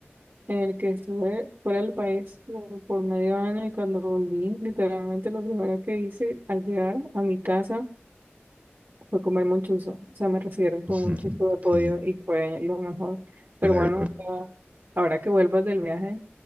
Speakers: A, on the right; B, on the right.
A: en el que estuve fuera del país como por medio año y cuando volví, literalmente lo primero que hice al llegar a mi casa fue comerme un chuzo. O sea, me recibieron con
B: <laughs>
A: un chuzo de pollo
B: Sí,
A: y fue lo mejor. Pero
B: la,
A: bueno,
B: glo-
A: o sea, ahora que vuelvas del viaje,